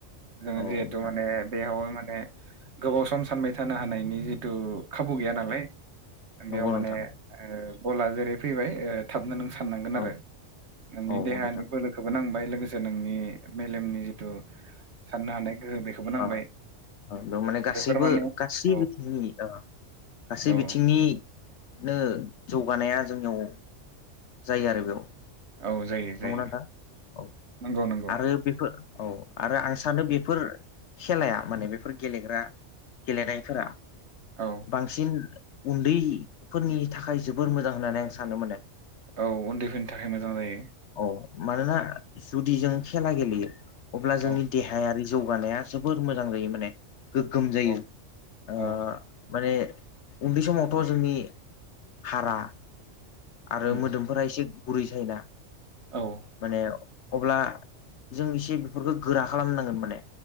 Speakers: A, on the right; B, on the left.
A: जोंङो
B: औ
A: जिहेतु
B: नोंथां
A: माने बेयाव माने गोबाव सम सानबाय थानो हानायनि जिथु खाबु गैया नालाय
B: नंगौ
A: बेयाव माने
B: नोंथां
A: बलआ जेरै फैबाय थाबनो नों साननांगोन
B: औ
A: आरो नोंनि
B: औ
A: देहानि
B: नोंथां
A: बोलो खौबो नांबाय लोगोसे नोंनि मेलेमनि जिथु साननो हानाय गोहो बेखौबो नांबाय
B: ओ बेयाव माने गासैबो
A: बेफोर माने
B: गासै
A: औ
B: बिथिंनि ओ गासै
A: औ
B: बिथिंनि। नो जौगानाया जोंनियाव जायो आरो बेयाव।
A: औ जायो। जायो
B: नंगौना नोंथां
A: नंगौ नंगौ
B: आरो बेफोर औ आरो आं सानो बेफोर खेलाया माने बेफोर गेलेग्रा। गेलेनाय फोरा।
A: औ
B: बांसिन उन्दैफोरनि थाखाय जोबोर मोजां होननानै आं सानो माने।
A: औ उन्दैफोरनि थाखाय मोजां जाय़ो।
B: औ मानोना जुदि जों खेला गेलेयो अब्ला जोंनि।
A: औ
B: देहायारि जौगानाया जोबोर मोजां जायो माने गोग्गोम जायो।
A: औ
B: ओ
A: औ
B: माने उन्दै समावथ' जोंनि हारा। आरो
A: उम
B: मोदोमफोरा एसे गुरै जायो ना।
A: औ
B: माने अब्ला जों इसे बेफोरखौ गोरा खालामनांगोन माने